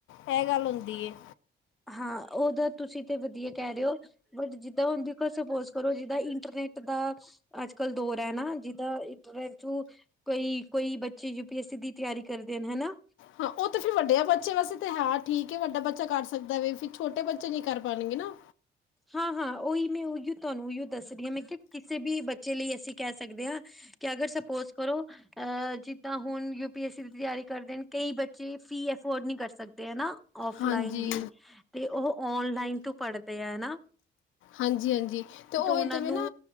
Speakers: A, on the left; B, in the centre.
A: ਇਹ ਗੱਲ ਹੁੰਦੀ ਹੈ।
B: ਹਾਂ ਉਹਦਾ ਤੁਸੀਂ ਤੇ ਵਧੀਆ ਕਹਿ ਰਹੇ ਹੋ। ਬਟ ਜਿੱਦਾਂ ਹੁਣ ਦੇਖੋ ਸਪੋਜ ਕਰੋ ਜਿੱਦਾਂ ਇੰਟਰਨੈਟ ਦਾ ਅੱਜ ਕੱਲ ਦੌਰ ਹੈ ਨਾ ਜਿੱਦਾਂ ਇੰਟਰਨੈਟ 'ਚੋ ਕੋਈ-ਕੋਈ ਬੱਚੇ ਯੂ ਪੀ ਐਸ ਸੀ ਦੀ ਤਿਆਰੀ ਕਰਦੇ ਨੇ ਹਨਾ
A: ਹਾਂ, ਓ ਤੇ ਫੇਰ ਵੱਡਯਾ ਬੱਚੇ ਵਾਸਤੇ ਤਾ ਹੈ ਠੀਕ ਏ, ਵੱਡਾ ਬੱਚਾ ਕਰ ਸਕਦਾ ਵੇ, ਫਿਰ ਛੋਟੇ ਬੱ ਚੇ ਨੀ ਕਰ ਪਾਣਗੇ ਨਾ
B: ਹਾਂ-ਹਾਂ ਓਈ ਮੈਂ ਓਈਓ ਤੁਆਨੂੰ ਉਈਓ ਦੱਸ ਰੀ ਆਂ ਮੈਂ ਕਿ ਕਿਸੇ ਵੀ ਬੱਚੇ ਲਈ ਅਸੀ ਕੈ ਸਕਦੇ ਆਂ ਕਿ ਅਗਰ ਸਪੋਜ ਕਰੋ ਅਹ ਜਿੱਦਾਂ ਹੁਣ ਯੂ ਪੀ ਐਸ ਸੀ ਦੀ ਤਿਆਰੀ ਕਰਦੇ ਨੇ ਬੱਚੇ ਫੀ ਅਫੋਰਡ ਨਹੀਂ ਕਰ ਸਕਦੇ ਹਨਾ- ਔਫਲਾਈਨ
A: ਹਾਂਜੀ
B: ਵੀ ਤੇ ਉਹ ਔਨਲਾਈਨ ਤੋਂ ਪੜ੍ਹਦੇ ਏ ਨਾ।
A: ਹਾਂਜੀ-ਹਾਂਜੀ ਤੇ ਉਵੇਂ
B: ਉਹਨਾਂ
A: ਤਵੇਂ
B: ਨੂੰ
A: ਨਾ।